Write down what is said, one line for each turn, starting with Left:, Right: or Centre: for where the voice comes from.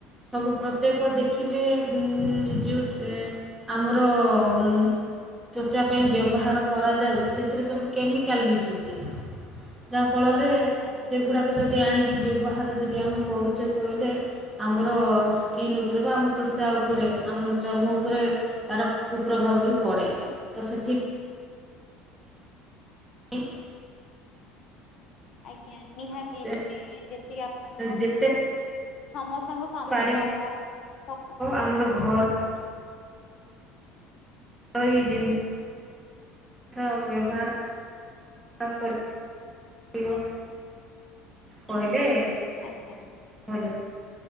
Centre: ସବୁ ପ୍ରତ୍ୟେକ ଦେଖିବେ ଉଁ ଯେଉ ଆମର ଉଁ ତ୍ଵଚା ପାଇଁ ବ୍ୟବହାର କରାଯାଉଚି ସେଥିରେ ସବୁ କେମିକାଲ୍ ମିଶୁଚି। ଯାହାଫଳରେ
Left: ଆଜ୍ଞା
Centre: ସେଗୁଡ଼ାକ ଯଦି ଆଣିକି ବ୍ୟବହାର ଯଦି ଆମେ କରୁଚେ କହିଲେ ଆମର ସ୍କିନ୍ ଉପରେ ବା ଆମ ତ୍ୱଚା ଉପରେ ଆମର ଚର୍ମ ଉପରେ ତାର କୁପ୍ରଭାବ ବି ପଡେ ତ ସେଥି ଇ
Left: ଆଜ୍ଞା ନିହାତି
Centre: ମୋତେ
Left: ମାନେ ଯେମିତି କି ଆପଣ ଏବେ କହିଲେ
Centre: ଯେତେ
Left: ସମସ୍ତଙ୍କ ସମୟର
Centre: ପାରିବ
Left: ଅଭାବ ସମ
Centre: ଆମର ଘରୋଇ
Left: ଆଜ୍ଞା।
Centre: ହଇ ଜିନିଷ ଥ ବ୍ୟବହାର କରିବ- ପିବ କହିଲେ
Left: ଆଜ୍ଞା।
Centre: ଭଲ